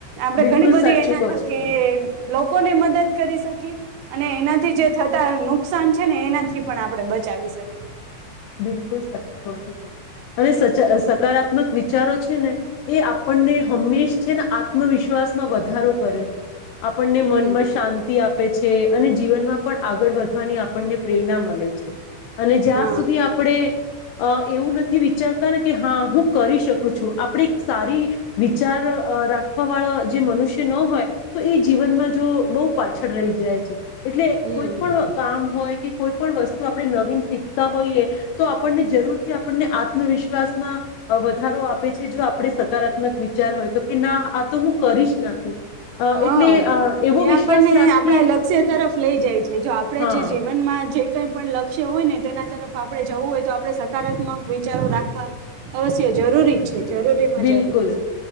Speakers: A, on the right (about 85°); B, on the left (about 80°).
A: આપડે
B: બિલકુલ
A: ઘણી બધી
B: સાચું
A: એના
B: કહો
A: થકી
B: છો તમે.
A: લોકોને મદદ કરી શકી. અને એનાથી જે થતા નુકસાન છે, ને એનાથી પણ આપણે બચાવી શકીએ.
B: બિલકુલ સાચું કહો છો તમે અને સચા સકારાત્મક વિચારો છે, ને એ આપણને હંમેશ છે, ને આત્મવિશ્વાસમાં વધારો કરે. આપણને
A: હમ
B: મનમાં શાંતિ આપે છે. અને જીવનમાં પણ આગળ વધવાની આપણને પ્રેરણા મલે છે. અને જ્યાંશ
A: હા
B: સુધી આપણે અ એવું નથી, વિ ચારતા ને કે હા હું કરી શકું છું. આપણે એક સારી વિચાર રાખવા વાળા જે મનુષ્ય ન હોય, તો એ જીવનમાં જો બહુ પાછળ રહી જાય છે. એટલે
A: હમ.
B: કોઈપણ કામ હોય, કે, કોઈપણ વસ્તુ આપણે નવીન શીખ તા હોઈએ તો, આપણને જરૂર થી આપણને આત્મવિશ્વાસમાં વધારો આપે છે. જો આપણે સકારાત્મક વિચાર હોય તો, કે ના આ તો હું કરીશ નાખીશ. અ
A: હા,
B: એટલે અ એવો
A: એ
B: વિશ્વાસ
A: આપણને
B: રાખીએ
A: આપણા લક્ષ્ય તરફ લઈ જાય છે. જો આપે
B: હા
A: જે જીવનમાં જે કઈ પણ લક્ષ્ય હોયને, તેના તરફ આપણે જવું હોય તો આપણે, સકારાત્મક વિચારો રાખવા અવશ્ય જરૂરી જ છે. જરૂરીમાં
B: બિલકુલ
A: જરૂરી છે